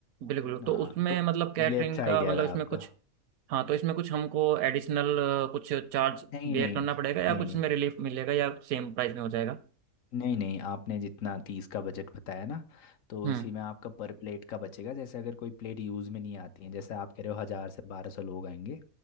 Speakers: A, on the right; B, on the left.
A: बिल्कुल तो
B: हाँ
A: उसमें
B: तो
A: मतलब कैटरिंग
B: ये अच्छा
A: का
B: आइडिया
A: मतलब
B: था
A: इसमें
B: आपका
A: कुछ हाँ तो इसमें कुछ हमको एडिशनल कुछ चार्ज
B: नहीं
A: बेयर
B: नहीं
A: करना पड़ेगा या
B: नहीं
A: कुछ
B: नहीं
A: इसमें रिलीफ मिलेगा या सेम प्राइस में हो जाएगा
B: नहीं नहीं आपने जितना तीस का बजट बताया ना तो
A: हम्म
B: इसी में आपका पर प्लेट का बचेगा जैसे अगर कोई प्लेट यूज़ में नहीं आती है जैसे आप कह रहे हो हज़ार से बारह सौ लोग आएंगे